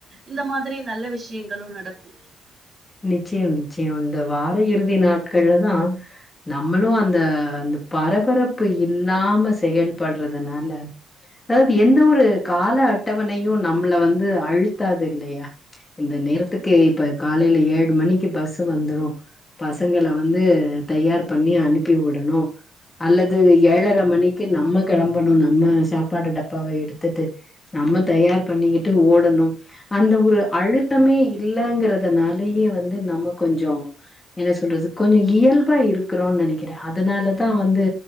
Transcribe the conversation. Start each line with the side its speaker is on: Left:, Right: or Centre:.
Right: இந்த மாதிரி நல்ல விஷயங்களு நடக்கு
Left: நிச்சயம் நிச்சயோ இந்த வாரோ இறுதி நாட்கள்ல தா நம்மளு அந்த அந்த பரபரப்பு இல்லாம செயல்படுறதுனால அதாவது எந்த ஒரு கால அட்டவணையு நம்மள வந்து அழுத்தாது இல்லையா இந்த நேரத்துக்கு இப்ப காலையில ஏழு மணிக்கு பஸ் வந்துரு பசங்கள வந்து தயார் பண்ணி அனுப்பி உடணு அல்லது ஏழர மணிக்கு நம்ம கெளம்பணு நம்ம சாப்பாடு டப்பாவ எடுத்துட்டு நம்ம தயார் பண்ணிக்கிட்டு ஓடணு அந்த ஒரு அழுத்தமே இல்லங்கறதனால நறைய வந்து நம்ம கொஞ்சோ என்ன சொல்றது கொஞ்சோ இயல்பா இருக்கறோன் நெனைக்கற அதனாலதா வந்து